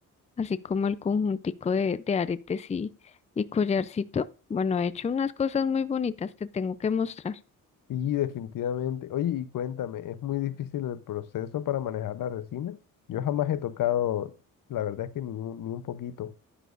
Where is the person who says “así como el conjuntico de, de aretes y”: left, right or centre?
Left